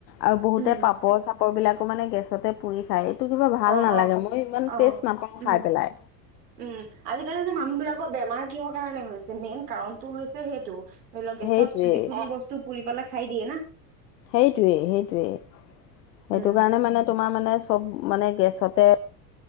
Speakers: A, on the left; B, on the right.
A: আৰু বহুতে
B: উম
A: পাপৰ চাপৰবিলাকো মানে গেছতে পুৰি খায় এইটো। কিবা ভাল
B: অ
A: নালাগে
B: অ
A: মই ইমান
B: অ
A: টেষ্ট নাপাওঁ
B: উম
A: খাই পেলাই।
B: উম আজিকালিতো মানুহ বিলাকৰ বেমাৰ কিহৰ কাৰণে হৈছে মেইন কাৰণতটো হৈছে সেইটো। ধৰি লওক গেছত
A: সেইটোৱেই
B: যিকোনো বস্তু পুৰি পেলাই খাই দিয়ে না।
A: সেইটোৱেই সেইটোৱেই সেইটো
B: উম
A: কাৰণে মানে তোমাৰ মানে চব মানে গেছতে।